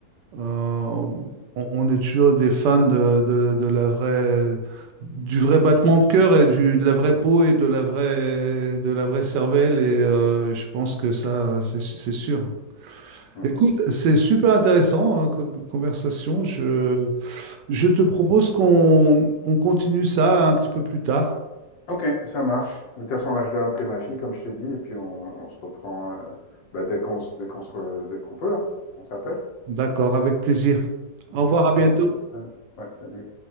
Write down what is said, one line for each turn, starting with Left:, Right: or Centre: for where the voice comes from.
Right: Euh, on, on est toujours des fans de, de- de la vraie, du vrai battement de cœur et du, de la vraie peau et de la vraie, de la vraie cervelle. Et euh, je pense que ça, c'est, su- c'est sûr.
Left: Mmh
Right: Écoute,
Left: mh.
Right: c'est super intéressant hein, comme conversation. Je, je te propose qu'on on continue ça un petit peu plus tard.
Left: OK, ça marche. De toute façon, là, je dois appeler ma fille, comme je t'ai dit, et puis on on se reprend, heu, bah, dès qu'on se dès qu'on se re dès qu'on peut, hein. On s'appelle?
Right: D'accord, avec plaisir. Au
Left: OK,
Right: revoir,
Left: ça
Right: à bientôt.
Left: marche. Salut. Ouais, salut.